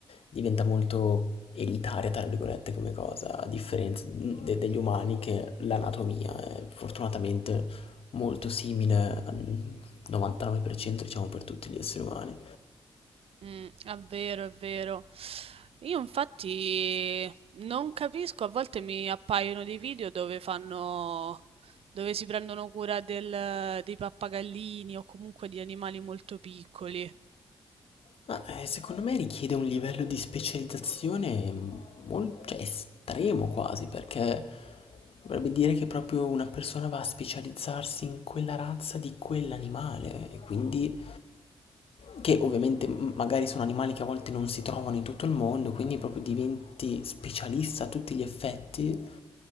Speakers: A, on the left; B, on the right.
A: diventa molto elitaria, tra virgolette, come cosa, a differenza mm, de- degli umani che l'anatomia è fortunatamente molto simile al 99% diciamo per tutti gli esseri umani.
B: Mm, è vero, è vero. Io infatti non capisco, a volte mi appaiono dei video dove fanno, dove si prendono cura del- dei pappagallini o comunque di animali molto piccoli.
A: Ma, ehm, secondo me richiede un livello di specializzazione mol cioè estremo quasi, perché vorrebbe dire che proprio una persona va a specializzarsi in quella razza di quell'animale e quindi che ovviamente m magari sono animali che a volte non si trovano in tutto il mondo, quindi proprio diventi specialista a tutti gli effetti